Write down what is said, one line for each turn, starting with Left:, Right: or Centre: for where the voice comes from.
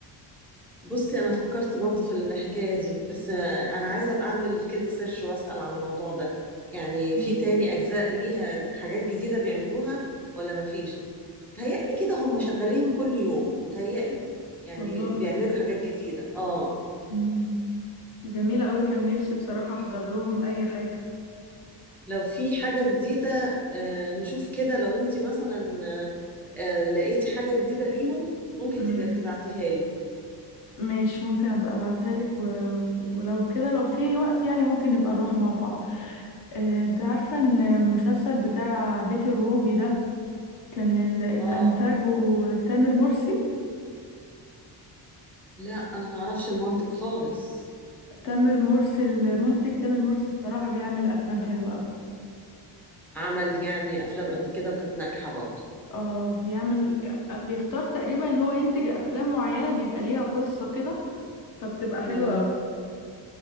Centre: بصي انا فكرت برضو في الحكاية دي بس آه، انا عايزة ابقى اعمل كده سيرش واسأل عن الموضوع ده يعني
Left: مم.
Centre: في تاني اجزاء ليها حاجات جديدة بيعملوها ولا مفيش متهيألي كده هم شغالين كل يوم متهيألي يعني
Left: والله
Centre: بيعملوا حاجات جديدة اه
Left: مم. جميلة قوي كان نفسي بصراحة احضر لهم اي حاجة
Centre: لو في حاجة جديدة آه، نشوف كده لو انت مثلا آه، آه، لقيتي حاجة جديدة ليهم ممكن
Left: امم
Centre: تبقى تبعتيها لي
Left: ماشي ممكن ابقى ابعتها لك و... ولو كده لو في وقت يعني ممكن نبقى نروح مع بعض آه، انت عارفة ان المسلسل بتاع بيت الروبي ده كان ال- اللي
Centre: اه
Left: انتاجه تامر مرسي
Centre: لا انا ما اعرفش المنطق خالص
Left: تامر مرسي المنتج تامر مرسي بصراحة بيعمل افلام حلوة قوي
Centre: عمل يعني افلام قبل كده وكانت ناجحه برضه
Left: اه بيعمل بيختار تقريبا ان هو ينتج افلام معينة بيبقى ليها قصة كده فبتبقى
Centre: امم
Left: حلوة قوي